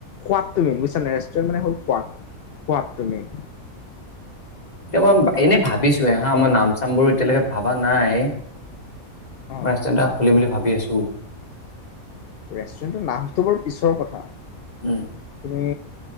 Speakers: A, on the left; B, on the left.
A: সোৱাদটো মেইন, বুইছানে নাই ৰেষ্টুৰেণ্ট মানে হল সোৱাদ। সোৱাদ টো মেইন।
B: এ মই এনেই ভাবিছোৱে হা মই নাম চাম বোৰ এতিয়ালৈকে ভাবা নাই। <unintelligible>
A: অ
B: ৰেষ্টুৰেণ্ট এটা খুলিম বুলি ভাবি আছো।
A: ৰেষ্টুৰেণ্টৰ নামটো বাৰু পিছৰ কথা। এ
B: উম